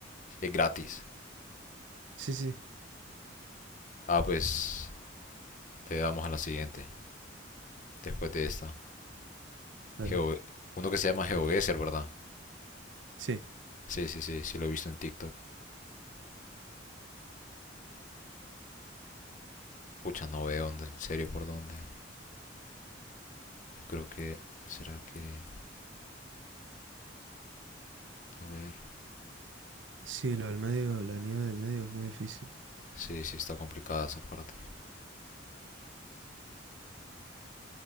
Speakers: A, on the left; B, on the right.
A: es gratis.
B: Sí, sí,
A: Ah, pues te damos a la siguiente. Después de esta.
B: dale.
A: Geo- Uno que se llama GeoGuessr, ¿verdad?
B: Sí,
A: Sí, sí, sí. Sí lo he visto en TikTok. Pucha, no veo dónde. En serio, ¿por dónde? Yo creo que... ¿Será que...? A ver.
B: sí, lo del medio, la nieve del medio es muy difícil.
A: Sí, sí, está complicada esa parte.